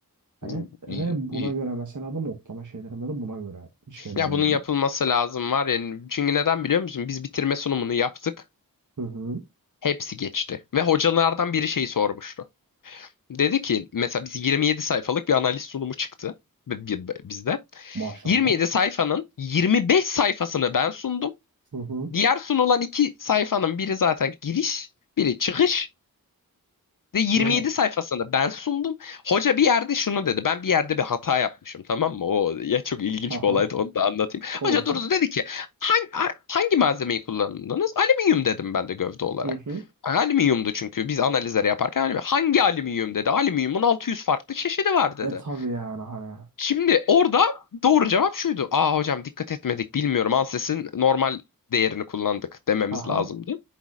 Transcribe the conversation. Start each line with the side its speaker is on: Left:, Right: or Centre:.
Right: Hani
Left: İyi
Right: ve
Left: iyi.
Right: buna
Left: iyi.
Right: göre mesela da notlama şeylerinde de buna göre şeyler
Left: Ya bunun
Right: veriliyor.
Left: yapılması lazım var ya. Çünkü neden biliyor musun? Biz bitirme sunumunu yaptık.
Right: Hı hı.
Left: Hepsi geçti. Ve hocalardan biri şey sormuştu. Dedi ki mesela biz 27 sayfalık bir analiz sunumu çıktı bi- bi- bi- bizde.
Right: Maşallah.
Left: 27 sayfanın 25 sayfasını ben sundum.
Right: Hı hı.
Left: Diğer sunulan iki sayfanın biri zaten giriş, biri çıkış. Ve 27
Right: Ve
Left: sayfasında ben sundum. Hoca bir yerde şunu dedi. Ben bir yerde bir hata yapmışım tamam mı? O ya çok ilginç
Right: Aha,
Left: bir olaydı onu da anlatayım.
Right: olsun.
Left: Hoca durdu dedi ki hangi, hangi malzemeyi kullandınız? Alüminyum dedim ben de gövde olarak.
Right: Hı hı.
Left: Yani alüminyumdu çünkü biz analizleri yaparken alüminyum. Hangi alüminyum dedi. Alüminyumun 600 farklı çeşidi var dedi.
Right: E tabii yani hani.
Left: Şimdi orada doğru cevap şuydu. Aa hocam dikkat etmedik bilmiyorum. Anses'in normal değerini kullandık dememiz
Right: Aha.
Left: lazımdı.